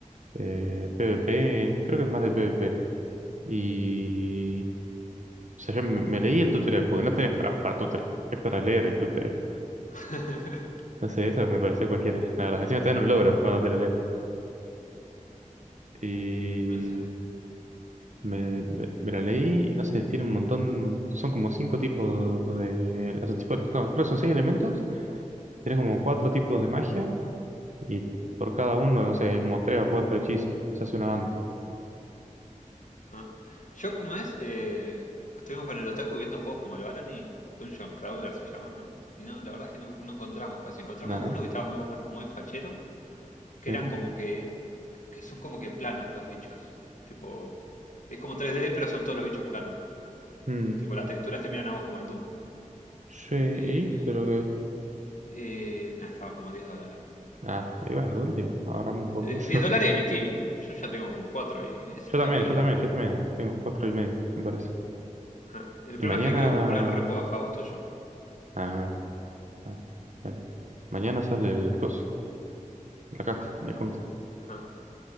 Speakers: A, on the right (about 65°); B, on the left (about 70°).
A: eh,
B: ¿no?
A: PvP, creo que es más de PvP. Y, o sea, yo me, me leí el tutorial, porque no tenés para, para tutorial, es para leer el tutorial.
B: <laughs>
A: No sé, eso me pareció cualquiera, la verdad. Encima te
B: Si
A: dan un logro
B: no,
A: cuando te lo lees. Y
B: no sé.
A: me, me, me la leí, y no sé, tiene un montón, son como cinco tipos de, o sea, tipo, no, creo que son seis elementos, tiene como cuatro tipos de magia, y por cada uno, no sé, hay como tres o cuatro hechizos, se hace una banda.
B: Ajá. Yo, como es, Eh, estuvimos con el Otaku viendo juegos como el Barony, Dungeon Crawler se llaman, ¿no? Y no, la verdad es que no, no encontramos casi. Encontramos
A: No, no,
B: uno que estaba muy, bu- muy fachero, que
A: pero,
B: eran como que, que son como que planos los bichos. Tipo, es como 3D, pero son todos los bichos planos.
A: mm,
B: Tipo, las texturas te miran a vos como el Doom.
A: sí, y,
B: Eh,
A: pero que,
B: eh, nah, estaba como 10 dólares.
A: ah, y bueno, de última, ahorramos un poquito.
B: Eh, 10 dólares
A: <laughs>
B: en Steam. Yo ya tengo como 4 ahí. Ese
A: Yo
B: está
A: también,
B: piola.
A: yo también, yo también, ¿eh? Tengo cuatro y medio, me parece.
B: Ajá. El
A: Y
B: problema
A: mañana,
B: es que le quiero comprar el repo a Fausto yo.
A: ah, Ah, bien. Mañana sale el coso, la caja de compra.
B: Ajá.